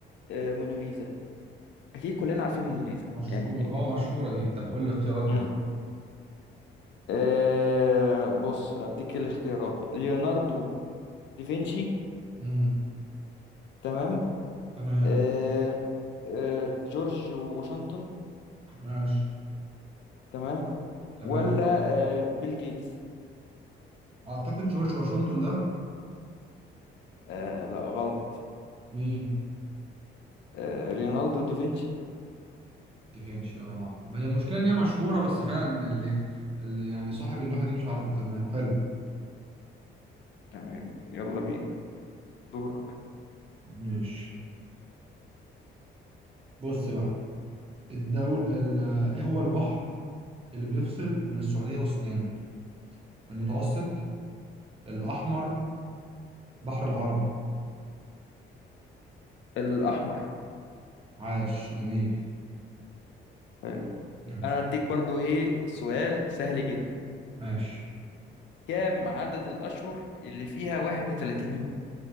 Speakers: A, on the left; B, on the right.
A: آه موناليزا اكيد كلنا عارفين موناليزا
B: مشهور
A: يعني
B: اه مشهوره دي طب قول لي اختيارات
A: امم
B: كده
A: آه بص هديك الاختيارات ليوناردو دافنشي
B: امم
A: تمام
B: تمام
A: آه آه جورج واشنطن
B: ماشي
A: تمام
B: تمام
A: ولا آه بيل جيتس
B: اعتقد جورج واشنطن ده
A: آه لا غلط
B: مين
A: آه رينالدو دافنشي
B: ديفينش اه ما هي المشكله ان هي مشهوره بس فعلا اللي, اللي يعني صاحب اللوحه دي مش عارفه تمام حلو
A: تمام يلا بينا دورك
B: ماشي بص بقى الدول ال... ايه هو البحر اللي بيفصل بين السعوديه والسودان المتوسط الاحمر بحر العرب
A: الأحمر
B: عاش جميل
A: حلو
B: ماشي
A: انا هديك برضو ايه سؤال سهل جدا
B: ماشي
A: كام عدد الاشهر اللي فيها 31 يوم